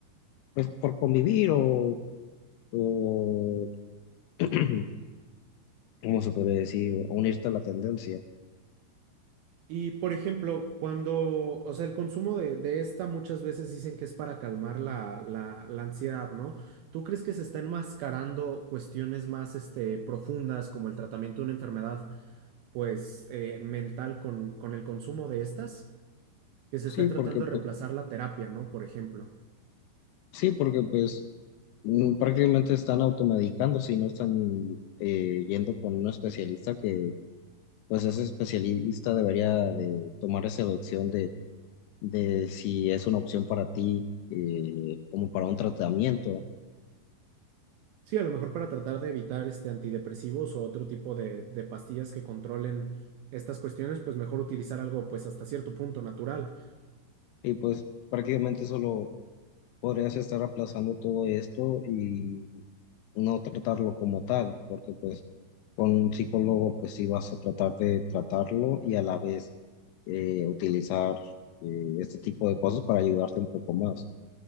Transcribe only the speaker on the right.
Y por ejemplo, cuando, o sea, el consumo de, de esta muchas veces dicen que es para calmar la, la, la ansiedad, ¿no? ¿Tú crees que se está enmascarando cuestiones más, este, profundas como el tratamiento de una enfermedad, pues, eh, mental con, con el consumo de estas? Que se
esté tratando
de reemplazar la terapia, ¿no? Por ejemplo.
Sí, a lo mejor para tratar de evitar, este, antidepresivos o otro tipo de, de pastillas que controlen estas cuestiones, pues mejor utilizar algo, pues, hasta cierto punto natural.